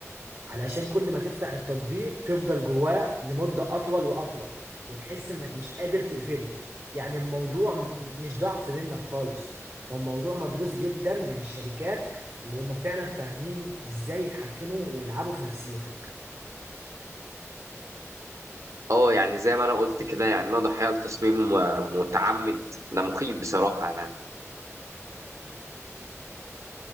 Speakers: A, on the right; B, on the right.
A: علشان كل ما تفتح التطبيق تفضل جواه لمدة أطول وأطول وتحس إنك مش قادر تقفله يعني الموضوع م- مش ضعف منك خالص هو موضوع مدروس جدا من الشركات وهم فعلا فاهمين إزاي يتحكموا ويلعبوا في نفسيتك
B: اه يعني زي ما أنا قلت كده يعني أنا ضحية لتصميم آه، متعمد ده مخيف بصراحة يعني